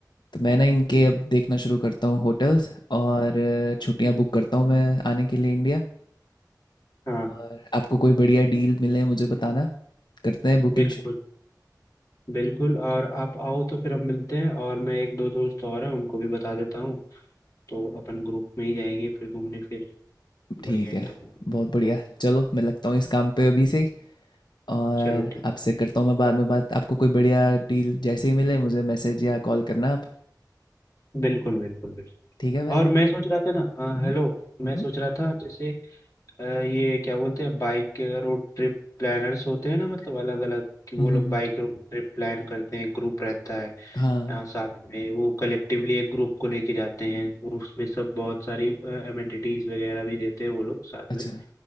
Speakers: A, on the left; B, on the left.
A: तो मैं ना इनके अब देखना शुरू करता हूँ होटल्स और अ, छुट्टियाँ बुक करता हूँ मैं आने के लिए इंडिया
B: हाँ
A: और आपको कोई बढ़िया डील मिले मुझे बताना करते हैं बुकिंग
B: बिल्कुल बिल्कुल और आप आओ तो फिर हम मिलते हैं और मैं एक दो दोस्त और हैं उनको भी बता देता हूँ तो अपन ग्रुप में ही जाएंगे फिर घूमने फिर
A: ठीक
B: बढ़िया एकदम
A: है बहुत बढ़िया चलो मैं लगता हूँ इस काम पे अभी से ही और
B: चलो ठीक
A: आपसे करता हूँ मैं बाद में बात आपको कोई बढ़िया डील जैसे ही मिले मुझे मैसेज या कॉल करना आप
B: बिल्कुल बिल्कुल बिल्कुल
A: ठीक है भाई
B: और मैं सोच रहा था ना अ,
A: हम्म
B: हेलो मैं
A: हम्म
B: सोच रहा था जैसे अ, ये क्या बोलते हैं बाइक रोड ट्रिप प्लानर्स होते हैं ना मतलब अलग अलग कि वो
A: हम्म
B: लोग
A: हम्म, हम्म।
B: बाइक रोड ट्रिप प्लान करते हैं ग्रुप रहता है
A: हाँ
B: अ, साथ में वो कलेक्टिवली एक ग्रुप को लेके जाते हैं उसमें सब बहुत सारी अमेनिटीज वगैरह भी देते हैं वो लोग साथ
A: अच्छा
B: में